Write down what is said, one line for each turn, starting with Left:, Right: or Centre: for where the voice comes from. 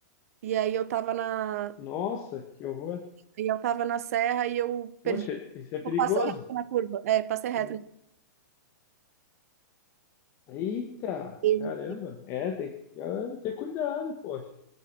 Right: E aí eu tava na,
Left: Nossa, que horror.
Right: aí eu tava na serra e eu perdi.
Left: Poxa, isso é perigoso.
Right: Eu passei reto na curva. É, passei
Left: Sei.
Right: reto.
Left: Eita,
Right: E,
Left: caramba. É, tem que ah, ter cuidado, poxa.